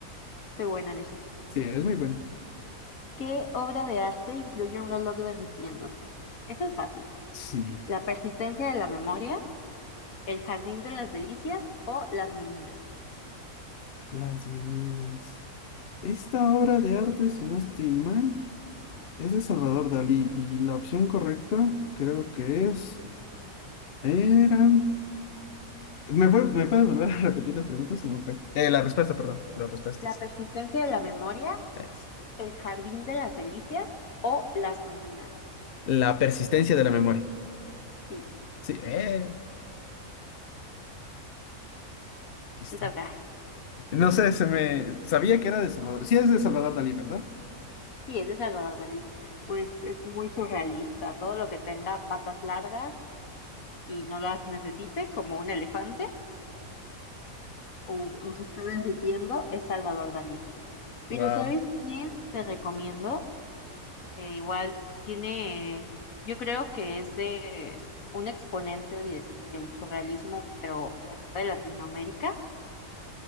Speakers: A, on the left (about 70°); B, on the left (about 50°).
A: estoy buena en esto.
B: Sí, eres muy bueno.
A: ¿Qué obra de arte incluye un reloj derritiéndose? Eso es fácil.
B: Sí,
A: La persistencia de la memoria, El jardín de las delicias o las meninas.
B: Las Meninas. Esta obra de arte, si no estoy mal, es de Salvador Dalí y la opción correcta creo que es... Era... ¿Me, pu- me puedes volver a repetir las preguntas? Se me fue. Eh, la respuesta, perdón. Las respuestas.
A: La persistencia de la memoria,
B: Es
A: el jardín de las delicias o las meninas.
B: la persistencia de la memoria.
A: Sí,
B: Sí, eh, listo.
A: te toca.
B: No sé, se me... Sabía que era de Salvador. Sí, es de Salvador Dalí, ¿verdad?
A: Sí, es de Salvador Dalí. Pues es muy surrealista. Todo lo que tenga patas largas y no las necesite, como un elefante o, o se esté derritiendo, es Salvador Dalí. Pero
B: Wow.
A: ¿sabes quién te recomiendo? que igual tiene, eh, yo creo que es de un exponente de- del surrealismo, pero de acá de Latinoamérica,